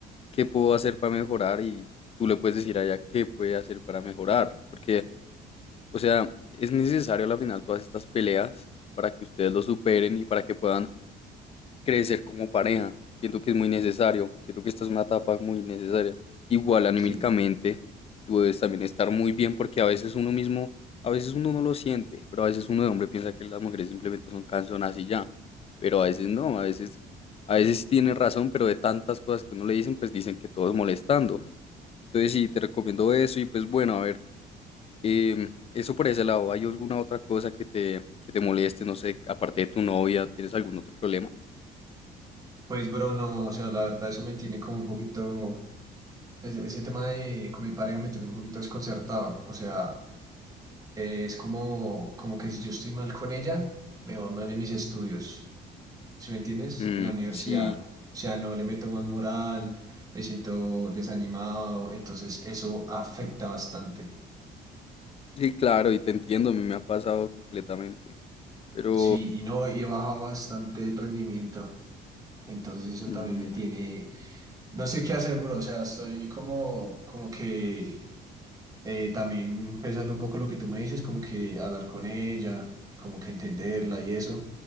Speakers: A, on the left; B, on the right.
A: qué puedo hacer para mejorar y tú le puedes decir a ella qué puede hacer para mejorar, porque, o sea, es necesario al final todas estas peleas para que ustedes lo superen y para que puedan crecer como pareja. Siento que es muy necesario. Siento que esta es una etapa muy necesaria. Igual anímicamente,
B: Sí.
A: tú debes también estar muy bien porque a veces uno mismo, a veces uno no lo siente, pero a veces uno de hombre piensa que las mujeres simplemente son canzonas y ya. Pero a veces no, a veces, a veces sí tiene razón, pero de tantas cosas que uno le dicen, pues dicen que todo es molestando. Entonces sí, te recomiendo eso y pues bueno, a ver, em, eso por ese lado. ¿Hay alguna otra cosa que te, que te moleste? No sé, aparte de tu novia, ¿tienes algún otro problema?
B: Pues, bro, no, o sea, la verdad, eso me tiene como un poquito, ese, ese tema de, con mi pareja me tiene un poquito desconcertado, o sea... eh, es como, como que si yo estoy mal con ella, me va mal en mis estudios, ¿sí me entiendes?
A: Mm,
B: En la universidad.
A: sí.
B: O sea, no le meto más moral, me siento desanimado, entonces eso afecta bastante.
A: Sí, claro, y te entiendo, a mí me ha pasado completamente. Pero
B: Sí, y no, y he bajado bastante el rendimiento. Entonces eso
A: mm,
B: también me tiene, no sé qué hacer, bro. O sea, estoy como, como que eh, también pensando un poco lo que tú me dices, como que hablar con ella, como que entenderla y eso